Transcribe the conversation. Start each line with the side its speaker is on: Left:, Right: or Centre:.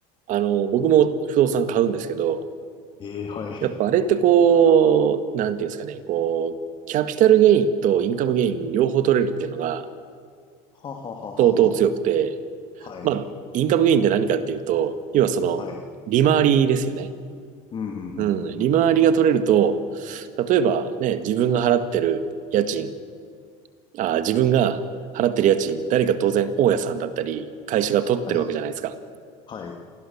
Right: あの、僕も不動産買うんですけど、
Left: ええはい、
Right: やっぱあれってこう、なんていうんですかね、こう、キャピタルゲインとインカムゲイン両方取れるっていうのが
Left: ははははは、
Right: 相当強くて、
Left: はい、
Right: まあ、インカムゲインって何かっていうと、要はその、
Left: はい、
Right: 利回りですよね。
Left: うん、
Right: うん、
Left: うん、うん、うん、
Right: 利回りが取れると、
Left: うん
Right: 例えばね、自分が払ってる家賃、あ、自分が払ってる家賃、誰か当然大家さんだったり、会社が取ってるわけじゃないですか。
Left: はい、はい、う